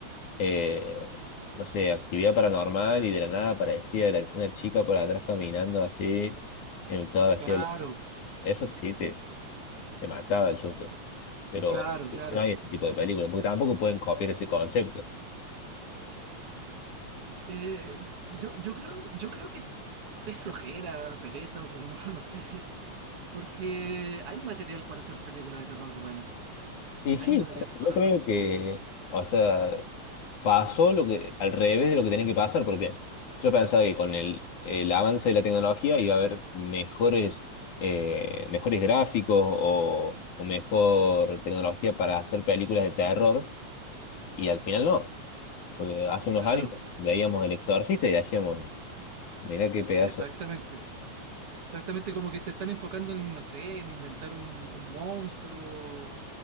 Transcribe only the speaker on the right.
claro,
claro, claro.
Eh, yo, yo creo, yo creo que es flojera, pereza o como, <laughs> no sé. Porque hay material para hacer películas de terror buenas.
Hay
material
solamente.
Claro,
exactamente. Exactamente como que se están enfocando en, no sé, en inventar un, un monstruo